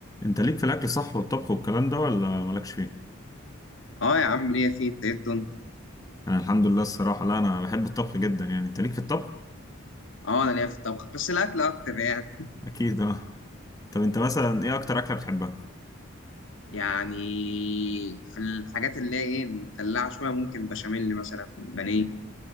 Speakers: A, on the left; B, on the left.
A: انت ليك في الاكل صح والطبخ والكلام ده ولا مالكش فيه
B: اه يا عم ليا فيه التقدم
A: انا الحمد لله الصراحه لا انا بحب الطبخ جدا يعني انت ليك في الطبخ
B: اه انا ليا في الطبخ بس الاكل اكتر يعني
A: اكيد اه طب انت مثلا ايه اكتر اكله بتحبها
B: يعني في الحاجات اللي هي ايه مدلعه شويه ممكن بشاميل مثلا بانيه